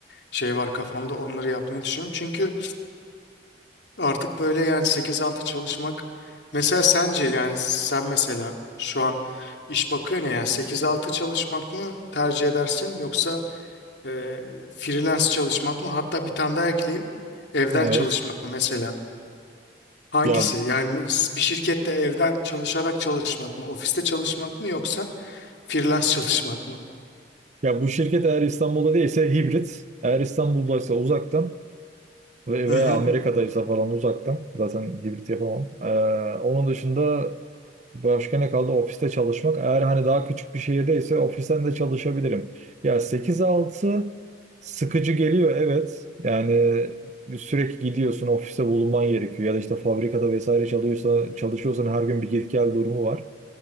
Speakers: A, on the left; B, on the right.
A: şey var kafamda onları yapmayı düşünüyorum. Çünkü Artık böyle yani sekiz altı çalışmak mesela sence yani sen mesela şu an iş bakıyorsun ya yani sekiz altı çalışmak mı tercih edersin yoksa e, freelance çalışmak mı hatta bir tane daha ekleyeyim evden
B: Evet.
A: çalışmak mı mesela hangisi
B: Ya
A: yani bir şirkette evden çalışarak çalışmak mı ofiste çalışmak mı yoksa freelance çalışmak mı?
B: ya bu şirket eğer İstanbul'da değilse hibrit. Eğer İstanbul'daysa uzaktan. Ve,
A: Hı
B: veya
A: hı.
B: Amerika'daysa falan uzaktan. Zaten hibrit yapamam. Ee, onun dışında başka ne kaldı? Ofiste çalışmak. Eğer hani daha küçük bir şehirdeyse ofisten de çalışabilirim. Ya sekiz altı sıkıcı geliyor evet. Yani sürekli gidiyorsun ofiste bulunman gerekiyor. Ya da işte fabrikada vesaire çalışıyorsa, çalışıyorsan her gün bir git gel durumu var.